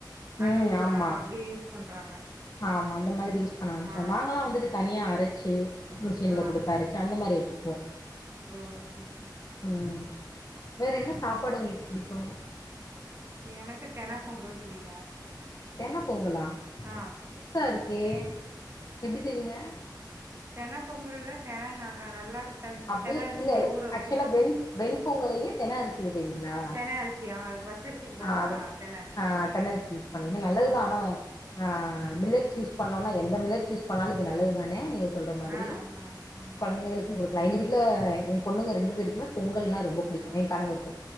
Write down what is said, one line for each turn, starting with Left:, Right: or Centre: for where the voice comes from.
Left: ம்
Right: அன்னபூர்ணா
Left: ஆமா
Right: அப்டியே யூஸ் பண்றாங்க
Left: ஆமா அந்த மாதிரி யூஸ் பண்ண ஆரமிச்ச
Right: ஆ
Left: நாங்கள்லா வந்துட்டு தனியா அரைச்சு மிஷின்ல
Right: ஆ
Left: குடுத்து அரைச்சு அந்த மாரி வச்சிக்குவோ
Right: ஆ சரி சரி
Left: ம் வேற என்ன சாப்பாடு உங்களுக்கு புடிக்கு
Right: எனக்கு தென பொங்கல் புடிக்கும்
Left: தென பொங்கலா
Right: ஆ
Left: புதுசா இருக்கே எப்டி செய்வீங்க
Right: தென பொங்கல்ல தென ந நல்லா தெ
Left: அப்டியே
Right: தென அரிசிய
Left: இல்ல
Right: ஊற வச்சுட்டு
Left: ஆக்சுவலா வெண் வெண் பொங்கலையே தென அரிசில செய்வீங்களா
Right: தென அரிசி ஆமா அதுக்கு பச்சரிசிக்கு பதிலா
Left: ஆ அது
Right: தென அரிசி
Left: ஆ தென அரிசி யூஸ் பண்ணுவீங்க நல்லதுதா
Right: ஆ
Left: ஆனா ஆ மில்லட்ஸ் யூஸ் பண்ணோனா எந்த மில்லட்ஸ் யூஸ் பண்ணாலு அது நல்லது தானே நீங்க சொல்ற மாதிரி
Right: ஆ ஆமா ஆ
Left: கொழந்தைங்களுக்கு குடுக்கலா எங்க வீட்ல ஏ பொண்ணுங்க ரெண்டு பேருக்குமே பொங்கல்னா ரொம்ப புடிக்கு என் கணவருக்கு